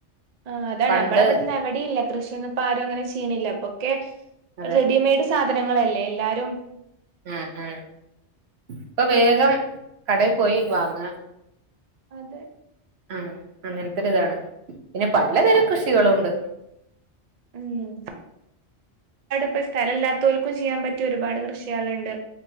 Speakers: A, on the right; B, on the right.
A: ആ അതാണ്
B: പണ്ട്
A: നമ്മളവിട്ന്ന് എവടിയില്ല കൃഷിയൊന്നു ഇപ്പ ആരും അങ്ങനെ ചെയ്യ്ണില്ല ഇപ്പൊക്കെ
B: അതെ
A: റെഡിമെയ്ഡ് സാധനങ്ങളല്ലേ എല്ലാരും.
B: ഉം ഉം ഇപ്പൊ വേഗം കടെ പോയി വാങ്ങ
A: അതെ
B: ഉം അങ്ങൻത്തൊരുതാണ് പിന്നെ പലതരം കൃഷികളുണ്ട്.
A: ഉം പ്പ സ്ഥലല്ലാത്തൊൽക്കും ചെയ്യാൻ പറ്റിയ ഒരുപാട് കൃഷിയള്ണ്ട്